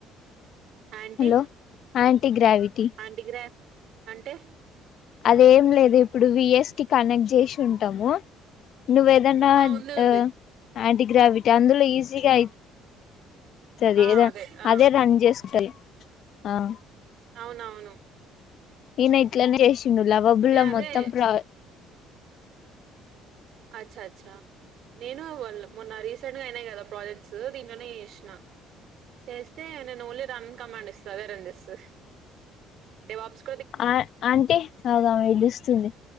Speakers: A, on the right (about 65°); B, on the left (about 60°).
A: anti
B: hello anti gravity
A: anti గ్రా అంటే?
B: అదేం లేదు ఇప్పుడు విఎస్టి కనెక్ట్ చేసి ఉంటాము. నువ్వేదన్నా
A: ఉంది ఉంది
B: ఆ యాంటీగ్రావిటీ అందులో ఈజీగా అయి. సరేదా
A: ఆ ఆ
B: అదే రన్ చేసుంటాయి ఆ.
A: అవునవును
B: ఈన ఇట్లనే చేసిండు లవాబులం
A: నేను అదే
B: మొత్తం ప్ర.
A: అచ్చ్చచ్చ నేను పొల్ల మొన్న రీసెంట్ నేనే కదా ప్రాజెక్ట్స్ దీంట్లోనే చేస్న చేస్తే నేను ఓన్లీ రన్ కమాండ్ ఇస్త, అదే రన్ చేస్తది డివాబ్స్.
B: ఆ అంటే ఆగుమె పిలుస్తుంది.